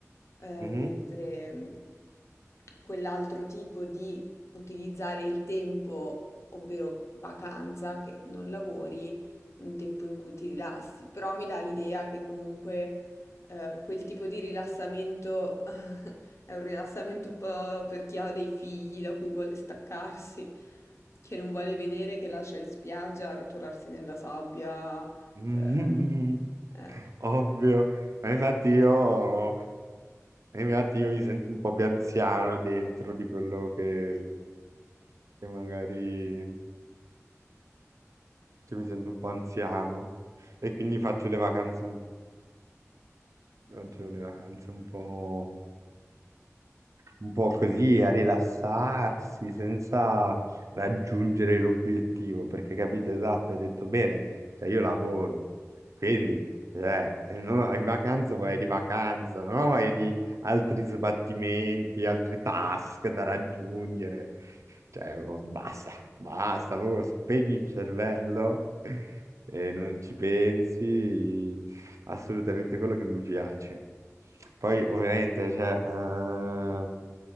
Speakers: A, on the left; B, on the right.
A: eh,
B: Mhm.
A: mentre mh, quell'altro tipo di utilizzare il tempo, ovvero vacanza, che non lavori, un tempo in cui ti rilassi, però mi dà l'idea che comunque eh, quel tipo di rilassamento è un rilassamento un po' per chi ha dei figli da cui vuole staccarsi, che non vuole vedere che lascia in spiaggia arrotolarsi nella sabbia.
B: <laughs> Mhm.
A: eh, eh,
B: Ovvio, Ma infatti io, infatti io mi sento un po' più anziano dentro di quello che, che magari cioè, mi sento un po' anziano e quindi faccio le vacanze Oggi le vacanze un po', un po' così a rilassarsi senza raggiungere l'obiettivo, perché capite esatto, hai detto bene, cioè io lavoro, quindi cioè, eh, non ho- in vacanza vai di vacanza, non ho vai di altri sbattimenti, altri task da raggiungere. Cioè, mm, basta, basta, proprio spegni il cervello <laughs> e non ci pensi assolutamente quello che mi piace. Poi, ovviamente, cioè, eh,